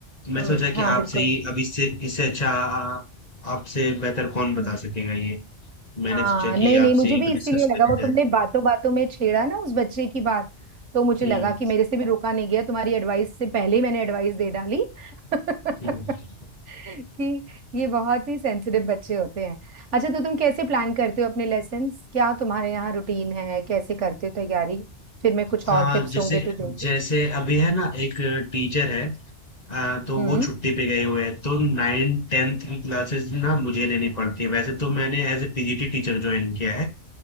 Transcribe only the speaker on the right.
हम्म,
हाँ
बिल्कुल
हम्म।
हाँ
नहीं
नहीं
मुझे
भी
इसीलिए
लगा
वो तुमने
बातों बातों में छेड़ा ना उस बच्चे की बात तो मुझे
लगा कि मेरे से भी रोका नहीं गया तुम्हारी एडवाइस से पहले ही मैंने एडवाइस दे डाली <laughs>
कि ये बहुत ही सेंसिटिव बच्चे होते हैं अच्छा तो तुम कैसे प्लान करते हो अपने लेसन्स क्या तुम्हारे यहाँ रूटीन है कैसे करते हो तैयारी फिर मैं कुछ
और टिप्स
होंगे तो दूंगी
हम्म